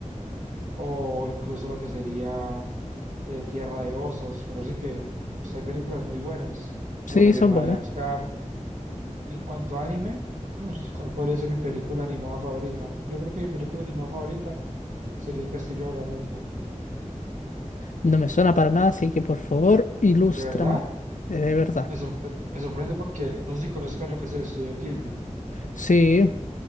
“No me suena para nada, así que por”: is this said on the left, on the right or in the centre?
Left